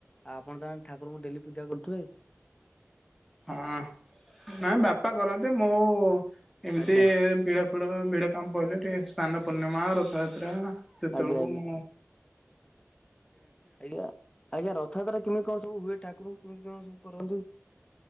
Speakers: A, on the left; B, in the centre.
A: ଆପଣ ତାହେଲେ ଠାକୁରଙ୍କୁ, ଡେଲି ପୂଜା କରୁଥିବେ?
B: ହଁ, ନାଇଁ ବାପା କରନ୍ତି। ମୁଁ ଏମିତି
A: ଆଜ୍ଞା
B: ବିଳ କୂଳ, ବିଡ କାମ ପାଇଲେ, ଟିକେ ସ୍ନାନ ପୂର୍ଣ୍ଣିମା, ରଥଯାତ୍ରା ସେ
A: ଆଜ୍ଞା
B: ତଳକୁ
A: ଆଜ୍ଞା।
B: ମୁ
A: ଆଜ୍ଞା, ଆଜ୍ଞା। ରଥଯାତ୍ରା କେମିତି କଣ ସବୁ ହୁଏ? ଠାକୁର ଙ୍କୁ କେମତି କଣ ସବୁ କରନ୍ତି?